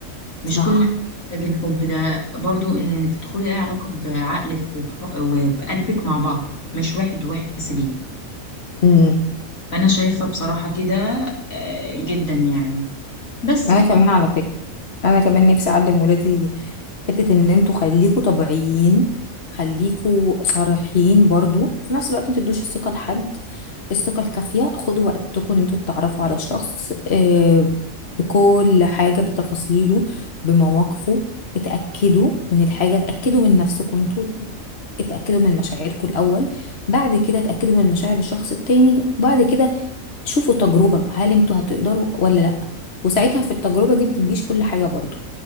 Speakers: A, on the left (about 75°); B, on the left (about 50°).
A: مش
B: صح
A: كل حاجة محتاج الحب ده برضو ان تدخلي اي علاقة بعقلك وبح- وبقلبك مع بعض مش واحد واحد تسيبيه
B: مم.
A: فانا شايفة بصراحة كده آه، جدا يعني بس
B: انا
A: ف
B: كمان على فكرة انا كمان نفسي اعلم ولادي حتة ان انتوا خليكوا طبيعيين خليكوا صريحين برضو في نفس الوقت ما تدوش الثقة لحد الثقة الكافية خدوا وقتكم ان انتوا تتعرفوا على الشخص آه، بكل حاجة بتفاصيله بمواقفه اتأكدوا من الحاجة اتأكدوا من نفسكم انتوا اتأكدوا من مشاعركم الأول بعد كده اتأكدوا من مشاعر الشخص التاني وبعد كده شوفوا تجربة هل انتوا هتقدروا ولا لأ وساعتها في التجربة دي ما تديش كل حاجة برضو